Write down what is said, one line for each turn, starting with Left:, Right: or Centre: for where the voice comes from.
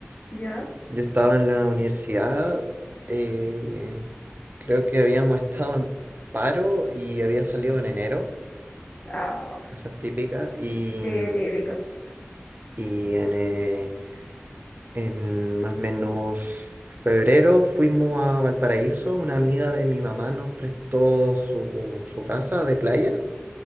Left: ¿Ya?
Right: Yo estaba en la universidad, eh, creo que habíamos estado en paro y había salido en enero,
Left: Ah,
Right: cosas típicas, y...
Left: sí, típico.
Right: Y en, eh, En más o menos febrero fuimos a Valparaíso. Una amiga de mi mamá nos prestó su, su casa de playa,